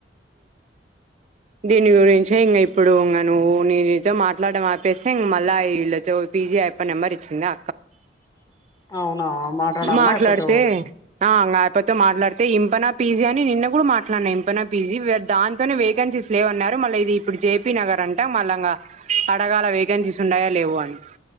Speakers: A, on the right; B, on the left.
A: దీని గూడ ఏం. చి ఇప్పుడు ఇంగ నువ్వు నేను నీతో మాట్లాడ ఆపేస్తే ఇంక మళ్ళా వీళ్ళతో పీజీ అయిప్ప నెంబర్ ఇచ్చిందా
B: అవునా మాట్లాడాలనా
A: మాట్లాడితే
B: అయిపోతో
A: ఆ యపోతో మాట్లాడితే ఇంపనా పిజ్జా అని నిన్న కూడా మాట్లాడినా ఇంపన బీజీ దాంతోనే వేకెన్సీస్ లేవన్నారు మళ ఇది ఇప్పుడు జేపీ నగర్ అంట మళ్ళంగా అడగాల వేకెన్సీస్ ఉన్నాయో లేవో అని